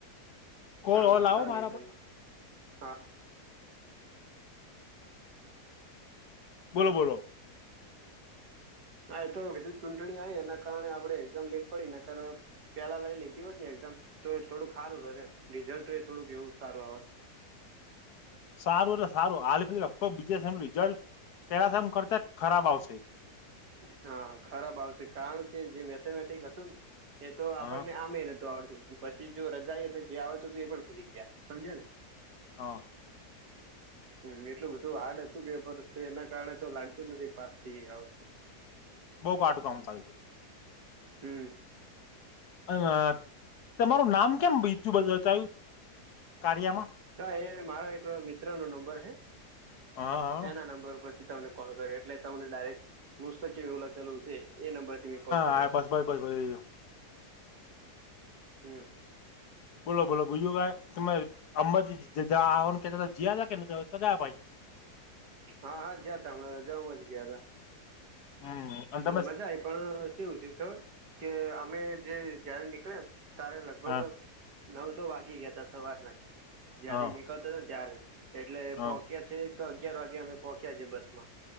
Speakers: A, on the left (about 75°); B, on the right (about 80°).
A: કોલ
B: હા વાંધો
A: આવો
B: નહી
A: મારા
B: તમે
A: પર
B: <inaudible> હા.
A: બોલો બોલો.
B: હા એ તો બીધું ચૂંટણી આવી એના કારણે આપડણે એક્ઝામ લેટ પડીને નકર પેલા લઈ લીધી હોતને એક્ઝામ તો થોડુંક સારું રોત એમ રિઝલ્ટ થોડુંક એવું સારું આવત
A: સારું એટલે સારું હાલ લગભગ બીજા સેમ નું રિઝલ્ટ પેલા સેમ કરતા ખરાબ આવશે.
B: હા ખરાબ આવશે કારણ કે જે મેથેમેટિક હતું ન એ તો આપણને
A: હા
B: આમે નતું આવડતું પછી જો રજા એટને જે આવડતું તો એ પણ ભૂલી ગયા સમજયો ને
A: હા.
B: હ <unintelligible> હ એટલું બધું હાર્ડ હતું પેપર એના કારણે તો લાગતું નથી પાછથી વખતું
A: બઉુ કાટું કામ કર્યું હતું
B: હમ્મ.
A: અ તમારું નામ કેમ બીજું બતાયુ કારિયામાં
B: હા એ મારો એક મિત્ર નો નંબર છે
A: હા હા
B: એના નંબર પરથી તને કોલ કર્યો એટલે તમને ડાયરેક મુસ્તક એવું લખેલું હશે. એ નંબરથી મેં કોલ કર્યા
A: હા
B: <inaudible>
A: બસ બસ બસ
B: હમ્મ.
A: બોલો બોલો બીજું કાઇ તમે અંબાજીને જાવાનું જયા કે નતા ગયા ભાઈ.
B: હા હા ગયા તા હમણાં રજાઓ માં જ ગયા તા
A: હમ અને તમે
B: મજા આય પણ કેવું થયું ખબર કે અમે જે જયારે નીકળયા ત્યારે લગભગ
A: હા
B: નવ તો વાગી ગયા તો સવારના જ્યાંથી
A: હા
B: ની ને ત્યારે એટલે
A: હા
B: પોહક્યા છે એક અગિયાર વાગે અમે પોક્યા સે બસ માં